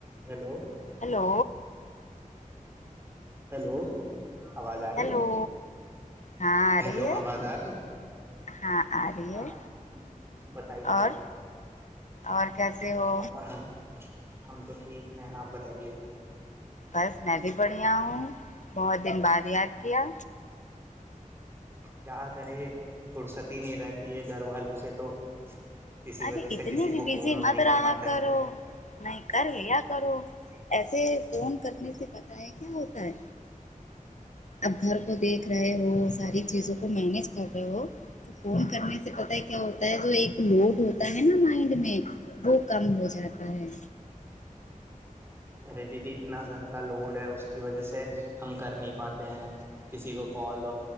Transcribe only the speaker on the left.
ہیلو
ہیلو
ہاں آ
رہی ہے
ہاں آ رہی
ہے
اور
اور کیسے ہو
بس میں بھی بڑھیا ہوں بہت دن بعد یاد کیا
ارے اتنی
بھی
بزی
مت
رہا
کرو
نہیں کر لیا کرو ایسے فون کرنے سے پتا ہے کیا ہوتا ہے اب گھر کو دیکھ رہے ہو ساری چیزوں کو مینج کر رہے ہو تو فون کرنے سے پتا ہے کیا ہوتا ہے جو ایک نوٹ ہوتا ہے نا مائنڈ میں وہ کم ہو جاتا ہے